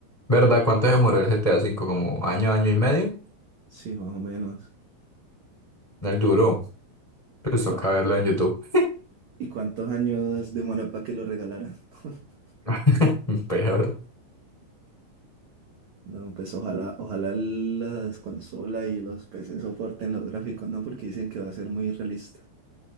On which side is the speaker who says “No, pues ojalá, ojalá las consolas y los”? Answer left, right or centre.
Right